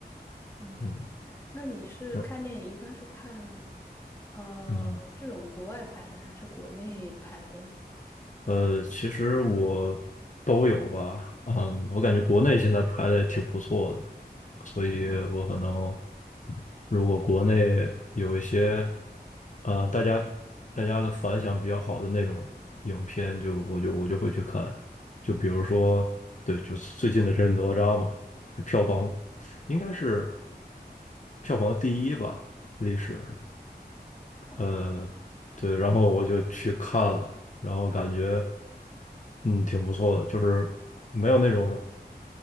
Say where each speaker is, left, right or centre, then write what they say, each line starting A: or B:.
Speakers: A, on the left; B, on the left.
A: 嗯，
B: 嗯。
A: 那你是看电影一般是看
B: 那
A: 呃这种国外拍的还是国内拍的呢？
B: 嗯，呃，其实我都有吧，嗯，我感觉国内现在拍的也挺不错的，所以我可能如果国内有一些，呃，大家大家的反响比较好的那种影片就，我就我就会去看，就比如说，对，就是最近的这哪吒嘛，票房应该是票房第一吧，历史。
A: 哦
B: 呃，对，然后我就去看了，然后感觉嗯挺不错的，就是没有那种